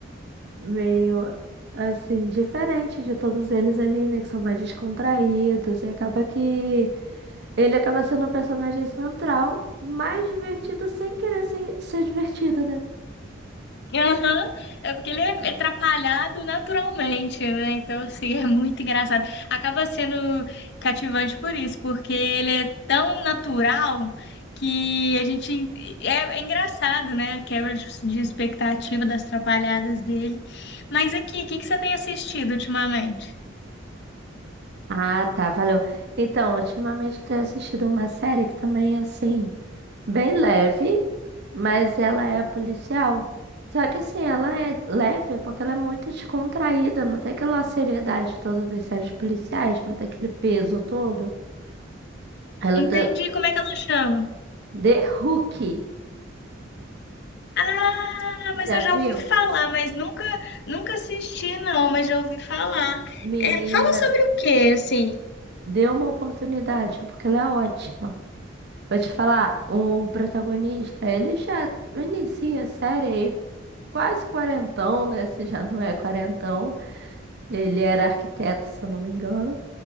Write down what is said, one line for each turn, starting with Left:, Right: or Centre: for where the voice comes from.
Right: meio assim, diferente de todos eles ali, né? Que são mais descontraídos e acaba que ele acaba sendo o personagem central, mais divertido sem querer sem ser divertido, né?
Left: Aham, É porque ele é atrapalhado naturalmente, né? Então, assim, é muito engraçado. Acaba sendo cativante por isso, porque ele é tão natural que a gente. É, é engraçado, né? A quebra de, de expectativa das atrapalhadas dele. Mas aqui, o que que você tem assistido ultimamente?
Right: Ah, tá, valeu. Então, ultimamente eu tenho assistido uma série que também é assim, bem leve, mas ela é policial. Só que assim, ela é leve porque ela é muito descontraída, não tem aquela seriedade toda das séries policiais, não tem aquele peso todo. Ela
Left: Entendi
Right: tá
Left: como é que ela chama.
Right: The Hook,
Left: Ah, mas
Right: já
Left: eu já
Right: viu?
Left: ouvi falar, mas nunca, nunca assisti, não, mas já ouvi falar.
Right: Menina,
Left: É, fala sobre o quê, assim?
Right: dê uma oportunidade, porque ela é ótima. Vou te falar, o protagonista, ele já inicia a série aí quase quarentão, né? Se já não é quarentão. Ele era arquiteto, se eu não me engano.